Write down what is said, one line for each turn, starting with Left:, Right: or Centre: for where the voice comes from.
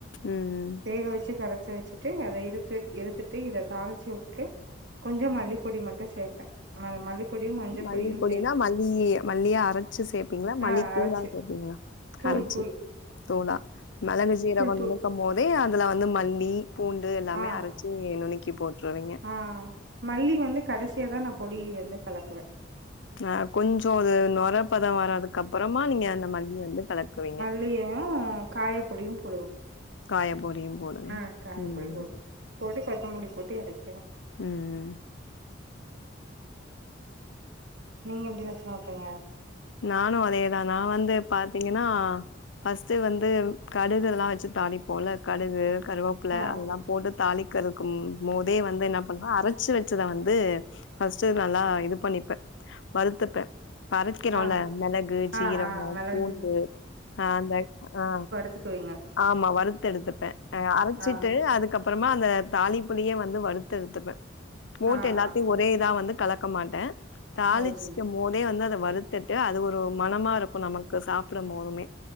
Left: ம் ம்
Right: வேக வச்சு கரச்சி வச்சிட்டு அத இறுத்து இறுத்துட்டு இத தாளிச்சு வுட்டுட்டு கொஞ்ச மல்லிப்பொடி மட்டு சேத் மல்லிப்பொடியு மஞ்ச
Left: மல்லிப்பொடினா,
Right: பொடியு சேத்து
Left: மல்லி மல்லிய அரைச்சு சேர்ப்பீங்களா? மல்லி
Right: ஆ
Left: தூளா
Right: அரைச்சு
Left: சேர்ப்பீங்களா?
Right: தூள்
Left: அரைச்சு
Right: தூளு
Left: தூளா மெளகு சீரகொ அந்த
Right: தூள்
Left: மாரி பகும் போதே அதுலா வந்து மல்லி பூண்டு எல்லாமே
Right: ஆ
Left: அரைச்சு நுணுக்கி போட்ருவீங்க
Right: ஆ மல்லி வந்து கடசியா தா நா பொடி வந்து கலக்குவே
Left: அ கொஞ்சோ அது நொரப்பத வரதுக்கு அப்புறமா நீங்க அந்த மல்லி வந்து கலக்குவீங்க
Right: இல்லய காய பொடியு பொடுவோ
Left: காய பொடியு போடுவீங்க
Right: ஆ காயப்பொடி
Left: ம்
Right: போடு போட்டு கொத்தமல்லி போட்டு எரக்கிரோ
Left: ம்
Right: நீங்க எப்டி ரசோ வப்பிங்க
Left: நானு அதேதா நா வந்து பாத்தீங்கன்னா ஃபஸ்ட் வந்து கடுகு இது எல்லா வச்சு தாளி போல கடுகு கருவப் ப்ல
Right: ஆ
Left: அதெல்லா போட்டு தாளிக்கிறதுக்கும் போதே வந்து என்ன பண்ணுவா அரச்சு வச்சத வந்து ஃபஸ்டு நல்லா இது பண்ணிப்ப வருத்துப்ப அரக்கிறோல
Right: ஆ
Left: மெளகு ஜீரகோ
Right: ஆ ஆ மெளகு
Left: பூண்டு அ அந்த அ
Right: த்க்குவீங்க
Left: ஆமா வருத்து எடுத்துப்ப அ அரச்சிட்டு
Right: ஆ
Left: அதுக்கப் அப்றமா அந்த தாழிப்புலியே வந்து வருத்து எடுத்துப்ப ஓட்
Right: ஆ
Left: எல்லாத்தயு
Right: ஆ
Left: ஒரே இதா வந்து கலக் க்கமாட்ட தாழிச்சு
Right: அது செரி
Left: போதே வந்து அத வறுத்துட்டு அது ஒரு மனமா இருக்கு நமக்கு சாப்ட போதுமே